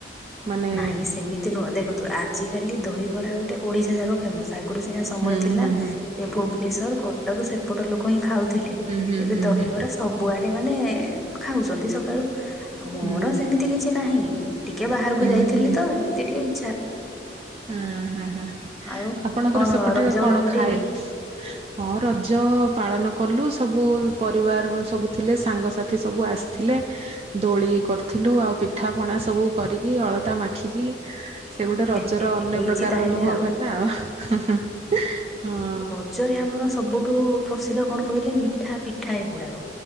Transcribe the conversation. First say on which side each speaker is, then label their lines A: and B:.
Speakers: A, on the right (about 35°); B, in the centre.
A: ମାନେ
B: ନାଇଁ ସେମିତି ନୁହଁ ଦେଖନ୍ତୁ ଆଜିିକାଲି ଦହିବରା ଗୋଟେ ଓଡିଶା ଯାକ ଫେମସ ଆଗରୁ ସିନା ସମୟ
A: ହୁଁ
B: ଥିଲା
A: ହୁଁ ହୁଁ
B: ଦେ ଭୁବେନେଶ୍ୱର କଟକ ସେମ ଏପଟ ଲୋକ ହିଁ ଖାଉଥିଲେ
A: ହୁଁ
B: ଏବେ
A: ହୁଁ ହୁଁ
B: ଦହିବରା
A: ହୁଁ ହୁଁ।
B: ସବୁ କୁଆଡେ ମାନେ ଖାଉଛନ୍ତି ସକାଳୁ ମୋର
A: ହୁଁ
B: ସେମିତି କିଛି ନାହିଁ ଟିକେ ବାହା କୁ ଯାଇଥିଲି
A: ହୁଁ ହୁଁ ହୁଁ
B: ତ ଏମିତି ଟିକେ ଇ
A: ହଁ ହଁ ହଁ
B: ଆଉ
A: ଆପଣଙ୍କର
B: କଣ
A: ସେପଟ
B: ରଜ
A: କଣ
B: କେମିତି
A: ଖାଏ?
B: ଏ
A: ହଁ ରଜ ପାଳନ କଲୁ ସବୁ ପରିବାରରୁ ସବୁ ଥିଲେ ସାଙ୍ଗସାଥି ସବୁ ଆସିଥିଲେ ଦୋଳି କରିଥିଲୁ ଆଉ ପିଠା ପଣା ସବୁ କରିକି ଅଳତା ମାଖିକି ସେ ଗୋଟେ ରଜର
B: ହେ ହେ
A: ଅନ୍ୟ
B: ହେଇଛି
A: ପ୍ରକାର
B: ତାହେଲେ
A: ଅନୁଭବ ହେଲା ଆଉ ହୁଁ ହୁଁ ହଁ।
B: ରାଜ୍ୟରେ ଆମର ସବୁଠୁ ପ୍ରସିଦ୍ଧ କଣ କହିଲେ ମିଠା ପିଠା ଏଗୁଡ଼ାକ।